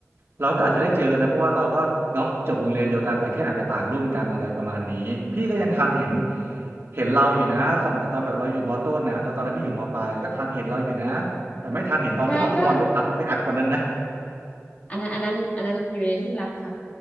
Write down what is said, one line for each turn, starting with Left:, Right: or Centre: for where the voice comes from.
Right: เราก็อาจจะได้เจอกันนะเพราะว่าเราก็เนาะจบโรงเรียนเดียวกันแต่แค่อาจจะต่างรุ่นกันอะไรประมาณนี้พี่ก็ยังทันเห็น
Left: อืม
Right: เห็นเราอยู่นะสมัยตอนแบบเราอยู่มต้นน่ะแล้วตอนนั้นพี่อยู่มปลายอะก็ทันเห็นเราอยู่นะแต่ไม่ทันเห็นตอนที่เอาลูกบอลไปอัดไปอัดคนนั้นนะ
Left: ใช่ก็อันนั้นอันนั้นอันนั้นอยู่ในที่ลับค่ะ